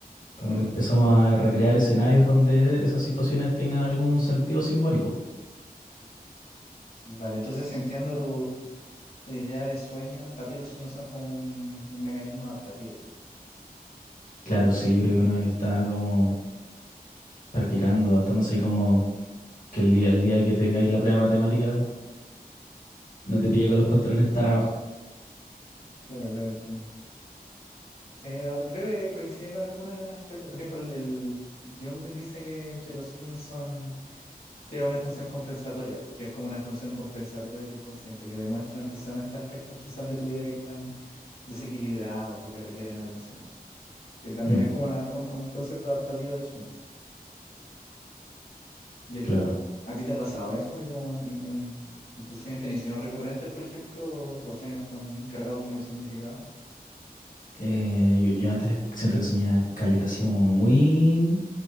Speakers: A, on the left; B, on the left.
A: ujú.
B: como que empezamos a recrear escenarios donde esas situaciones tengan algún sentido simbólico.
A: Vale, entonces si entiendo tu... tu idea de sueño, para ti los sueños son como un, un mecanismo adaptativo.
B: Claro, sí, yo creo que uno está como practicando, adaptándose y como que el día, el día que tengáis la prueba de matemática no te pille con los pantalones tan abajo.
A: Claro, claro, entiendo. Sí, no, creo que coincide con algunas teorías. Por ejemplo, el, el Jung dice que, que los sueños son, tienen una función compensatoria, que es como una función compensatoria del inconsciente, que demuestran precisamente aspectos quizás de tu vida que están desequilibrados o que requieren atención. Que también
B: Mm,
A: es como una- un, un concepto adaptativo de sueño. ¿Y a ti,
B: claro.
A: a ti te ha pasado eso? Así como en, en- en- en tus sueños, ¿tenías sueños recurrentes, por ejemplo, o, o sueños con, cargados con mucho significado?
B: Eh, yo, yo antes siento que soñaba caleta así como muy